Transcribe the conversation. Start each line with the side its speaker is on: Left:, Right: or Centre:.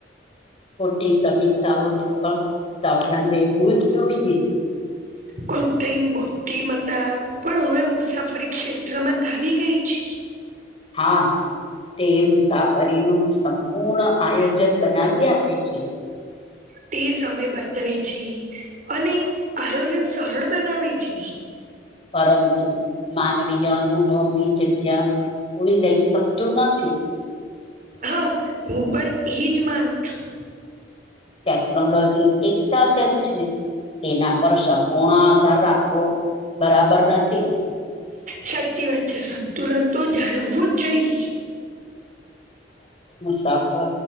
Left: ખટી સમીક્ષાઓથી પણ સાવધાન રહેવું જ જોઈએ
Right: કૃત્રિમ બુદ્ધિમત્તા પણ હવે મુસાફરી ક્ષેત્રમાં આવી ગઈ છે
Left: હા તે મુસાફરીનું સંપૂર્ણ આયોજન બનાવી આપે છે
Right: તે સમય બતાવે છે અને આયોજન સરળ બનાવે છે
Left: પરંતુ માનવીય અનુભવની જગ્યા કોઈ લઈ શકતું નથી
Right: હા હું પણ એજ માનું છું
Left: ટેકનોલોજી એક સાધન છે તેના પર સંપૂર્ણ આધાર રાખવો બરાબર નથી
Right: સાચી વાત છે સંતુલન તો જાણવવું જ જોઈએ
Left: સાચો